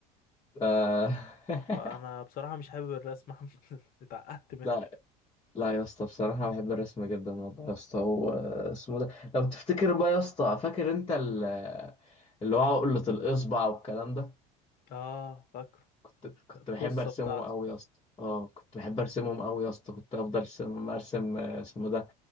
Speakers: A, on the left; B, on the left.
A: آه. <laughs>
B: فانا بصراحة مش حابب الرسم <laughs> اتعقدت منه
A: لا لا يا اسطى بصراحة بحب الرسم جدا والله يا اسطى واسمه ده لو تفتكر بقى يا اسطى فاكر انت ال- اللي هو عقلة الإصبع والكلام ده
B: اه فاكره
A: كنت كنت
B: القصة
A: بحب ارسمهم
B: بتاعته
A: قوي يا اسطى اه كنت بحب ارسمهم قوي يا اسطى كنت افضل ارسم ارسم آه، اسمه ده